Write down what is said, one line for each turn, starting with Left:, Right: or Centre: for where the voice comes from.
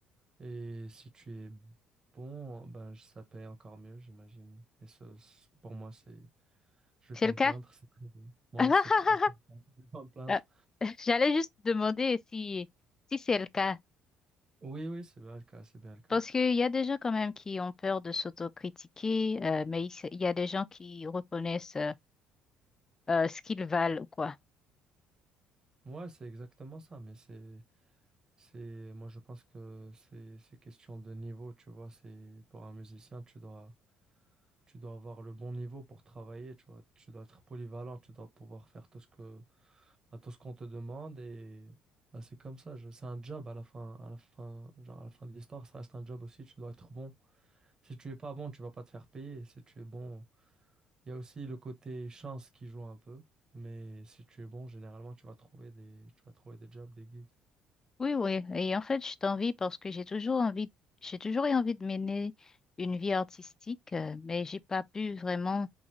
Right: Et si tu es bon, ben je- ça paye encore mieux, j'imagine. Et ça, c'est- pour moi, c'est, je vais
Left: C'est
Right: pas
Left: le
Right: me
Left: cas?
Right: plaindre, c'est très bien. Moi,
Left: <laughs>
Right: c'est très, c'est- je vais pas me plaindre.
Left: Ah, J'allais juste demander si, si c'est le cas.
Right: Oui, oui, c'est bien le cas, c'est bien le cas.
Left: Parce qu'il y a des gens quand même qui ont peur de s'autocritiquer, euh, mais il s- il y a des gens qui reconnaissent euh, euh, ce qu'ils valent ou quoi.
Right: Moi, c'est exactement ça, mais c'est, c'est, moi, je pense que c'est, c'est question de niveau, tu vois. C'est pour un musicien, tu dois Tu dois avoir le bon niveau pour travailler, tu vois. Tu dois être polyvalent, tu dois pouvoir faire tout ce que, bah, tout ce qu'on te demande et bah, c'est comme ça. je- C'est un job à la fin, à la fin, genre à la fin de l'histoire, ça reste un job aussi. Tu dois être bon. Si tu es pas bon, tu vas pas te faire payer. et Si tu es bon, il y a aussi le côté chance qui joue un peu. Mais si tu es bon, généralement, tu vas trouver des, tu vas trouver des jobs, des gigs.
Left: Oui, oui. Et en fait, je t'envie parce que j'ai toujours envie, j'ai toujours eu envie de mener une vie artistique, euh, mais j'ai pas pu vraiment euh,